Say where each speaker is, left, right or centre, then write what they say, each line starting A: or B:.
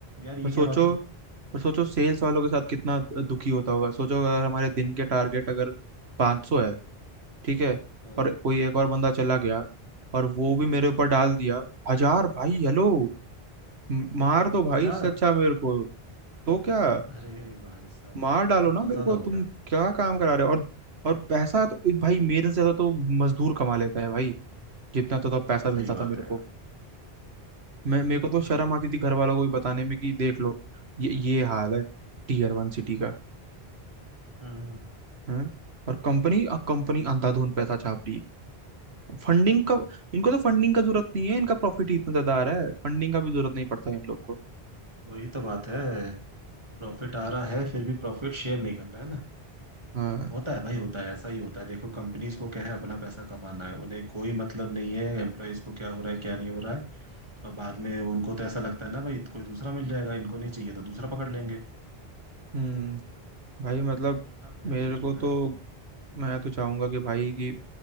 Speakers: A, on the right; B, on the right.
A: यार ये
B: और सोचो
A: क्या बात हुई
B: और सोचो सेल्स वालों के साथ कितना दुखी होता होगा सोचो अगर हमारे दिन के टारगेट अगर 500 है ठीक है
A: हाँ
B: और कोई एक और बंदा चला गया और वो भी मेरे ऊपर डाल दिया हजार भाई हेलो म- मार दो भाई
A: हजार
B: इससे अच्छा मेरे को तो क्या
A: अरे भाई साहब
B: मार डालो
A: तो
B: ना
A: बहुत
B: मेरे
A: ज्यादा
B: को
A: हो
B: तुम
A: गया
B: क्या काम करा रहे हो और और पैसा तो भाई मेरे से ज्यादा तो मजदूर कमा लेता है भाई जितना तो तब पैसा मिलता
A: सही बात
B: था मेरे
A: है
B: को
A: यार
B: मैं मेरे को तो शर्म आती थी घर वालों को भी बताने में कि देख लो ये ये हाल है टीयर वन सिटी का
A: हम्म
B: हैं और कंपनी कंपनी अंधाधुन पैसा छाप रही है फंडिंग का इनको तो फंडिंग का जरूरत नहीं है इनका प्रॉफिट ही इतना ज्यादा आ रहा है फंडिंग का भी जरूरत नहीं पड़ता है इन लोग को
A: वही तो बात है प्रॉफिट आ रहा है फिर भी प्रॉफिट शेयर नहीं करना है ना
B: हाँ
A: होता है भाई होता है ऐसा ही होता है देखो कंपनीज को क्या है अपना पैसा कमाना है उन्हें कोई मतलब नहीं है एम्प्लॉयज को क्या हो रहा है क्या नहीं हो रहा है अब बाद में उनको तो ऐसा लगता है ना भाई कोई दूसरा मिल जाएगा इनको नहीं चाहिए तो दूसरा पकड़ लेंगे
B: हम्म भाई मतलब
A: भाई अपना अपना
B: मेरे
A: एटीट्यूड
B: को तो
A: है
B: मैं तो चाहूंगा कि भाई कि